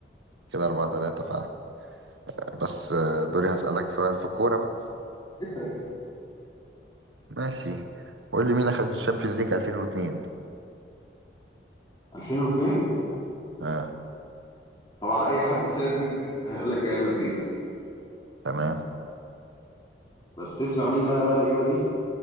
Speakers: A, on the right; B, on the left.
A: كده أربعة تلاتة فعلا بس آه، دوري هسألك سؤال في الكورة بقى
B: اسأل
A: ماشي قول لي مين أخد الشامبيونز ليج 2002
B: 2002
A: اه
B: طبعا أي حد ساذج هيقول لك ريال مدريد
A: تمام
B: بس تسمع مني أنا بقى الإجابة دي